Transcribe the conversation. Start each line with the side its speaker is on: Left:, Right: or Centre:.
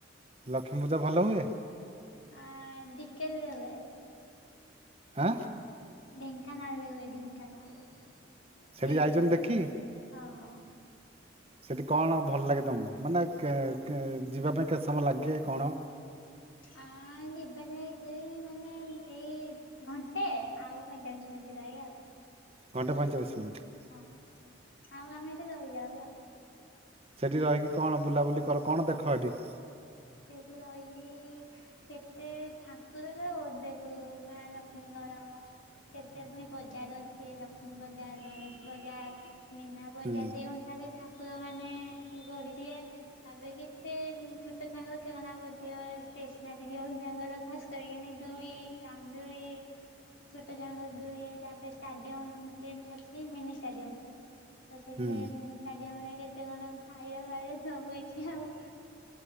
Right: ଲକ୍ଷ୍ମୀପୂଜା ଭଲ ହୁଏ।
Left: ଆ ଡିିକେଲ ରେ ହୁଏ।
Right: ଆ।
Left: ଢେଙ୍କାନାଳରେ ହୁଏ ଢେଙ୍କାନାଳରେ
Right: ସେଠି
Left: ସେଇଠିକି
Right: ଯାଇଛନ୍ତି
Left: ଯାଏ।
Right: ଦେଖି?
Left: ହଁ ଅଁ।
Right: ସେଠି କଣ ଭଲ ଲାଗେ ତମକୁ ମାନେ କେ କେ ଯିବା ପାଇଁ କେତେ ସମୟ ଲାଗେ କଣ।
Left: ଆ ଯିବା ପାଇଁ ଏଇ ମାନେ ଏଇ ଘଣ୍ଟେ ଆଉ ପଇଁଚାଳିଶ ମିନିଟ୍ ଲାଗେ ଆଉ।
Right: ଘଣ୍ଟେ ପଇଁଚାଳିଶି ମିନି୍ଟ।
Left: ହଁ ଆଉ ଆମେ ଏଠି ରହିଯାଉ ଆଉ।
Right: ସେଇଠି ରହିକି କଣ ବୁଲାବୁଲି କର କଣ ଦେଖ ଏଠି?
Left: ସେଇଠି ରହିକିି କେତେ ଠାକୁର ତ ବହୁତ ଦେଖୁ ମା ଲକ୍ଷ୍ମୀଙ୍କର। କେତେ ପୁଣି ବଜାର ଅଛି ଲକ୍ଷ୍ମୀ ବଜାର ଗଣେଶ ବଜାର ମୀନା ବଜାର
Right: ହୁଁ
Left: ସେଇ ଅନୁସାରେ ଠାକୁର ମାନେ ଗଢିଏ ତାପରେ କେତେ ଜିନିସ ଛୋଟ ଛୁଆଙ୍କର ଖେଳନା ପଡ଼ିଥିବ ଷ୍ଟେସନାରୀ ଝିଅ ପିଲାଙ୍କର ଖାସ କରିିକି ଦୁଳି ରାମଦୁଳି ଛୋଟ ଛୁଆଙ୍କ ଦୂଳି ତାପରେ ଷ୍ଟାଡିୟମ ଗେଟ୍ କରିଥିଲ ମିନି ଷ୍ଟାଡିୟମ ଟେ ତ ସେଠି
Right: ହୁଁ
Left: ମିନିଷ୍ଟଡିୟମରେ କେତେ କଣ ଖାଇବା ଫାଇବା ସବୁ କିଛି ଆଉ